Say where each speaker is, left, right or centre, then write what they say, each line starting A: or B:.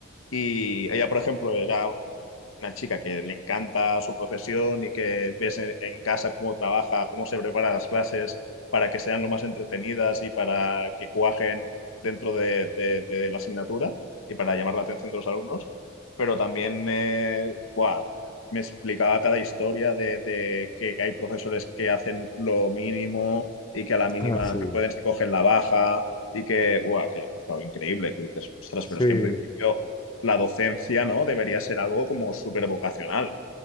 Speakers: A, on the left (about 85°); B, on the left (about 25°).
A: y ella, por ejemplo, era un- una chica que le encanta su profesión y que ves en, en casa cómo trabaja, cómo se prepara las clases para que sean lo más entretenidas y para que cuajen dentro de, de- de la asignatura y para llamar la atención de los alumnos. Pero también eh, buah, me explicaba cada historia de, de que hay profesores que hacen lo mínimo y que a la mínima
B: ah, sí,
A: que pueden se cogen la baja y que, buah, que fue increíble, que dices, ostras,
B: sí,
A: pero es que en principio la docencia, ¿no? Debería ser algo como súper vocacional.